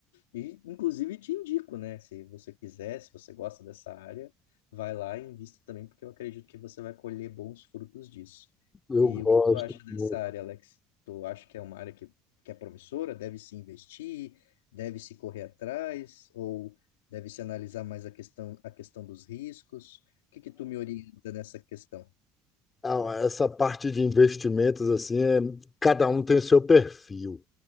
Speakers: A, on the left (about 90°); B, on the left (about 25°).
A: E, inclusive, te indico, né? Se você quiser, se você gosta dessa área, vai lá e invista também, porque eu acredito que você vai colher bons frutos disso.
B: eu
A: E
B: gosto
A: o que tu acha dessa
B: muito.
A: área, Alex? Tu acha que é uma área que, que é promissora? Deve se investir? Deve se correr atrás? Ou deve se analisar mais a questão, a questão dos riscos? O que que tu me orienta nessa questão?
B: Ah, Essa parte de investimentos, assim, é- cada um tem o seu perfil.